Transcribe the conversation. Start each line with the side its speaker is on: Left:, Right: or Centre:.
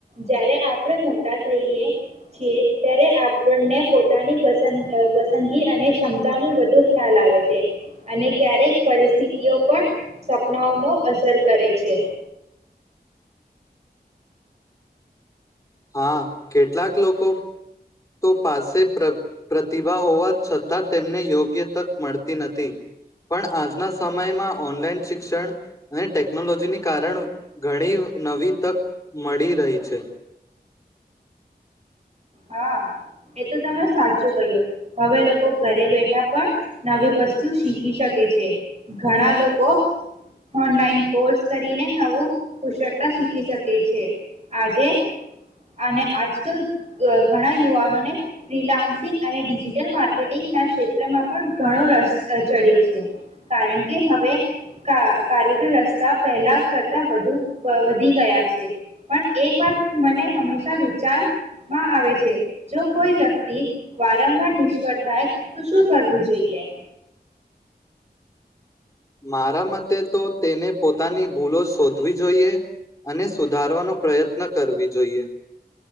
Right: જ્યારે આપણે મોટા થઈએ છીએ ત્યારે આપણને પોતાની પ પસંદગી અને ક્ષમતાનું વધુ ખ્યાલ આવે છે, અને ક્યારેક પરિસ્થિતિઓ પણ સપનાઓનો અસર કરે છે.
Left: હા કેટલાક લોકો તો પાસે પ્ર પ્રતિભા હોવા છતાં તેમને યોગ્ય તક મળતી નથી, પણ આજના સમયમાં ઓનલાઈન શિક્ષણ અને ટેકનોલોજીને કારણ ઘણી નવી તક મળી રહી છે.
Right: હા એ તો તમે સાચું કહ્યું, હવે લોકો ઘરે બેઠા પણ નવી વસ્તુ શીખી શકે છે, ઘણા લોકો ઓનલાઈન કોર્સ કરીને નવું કુશળતા શીખી શકે છે, આજે અને આજકાલ ઘણા યુવાનોને ફ્રીલાન્સિંગ અને ડિજિટલ માર્કેટિંગના ક્ષેત્રમાં પણ ઘણો રસ ચડ્યો છે, કારણ કે હવે કાર્યરત રસ્તા પહેલા કરતા વધુ વધી ગયા છે પણ એક વાત મને હંમેશા વિચાર માં આવે છે, જો કોઈ વ્યક્તિ વારંવાર નિષ્ફળ થાય તો શું કરવું જોઈએ?
Left: મારા મતે તો તેને પોતાની ભૂલો શોધવી જોઈએ અને સુધારવાનો પ્રયત્ન કરવી જોઈએ.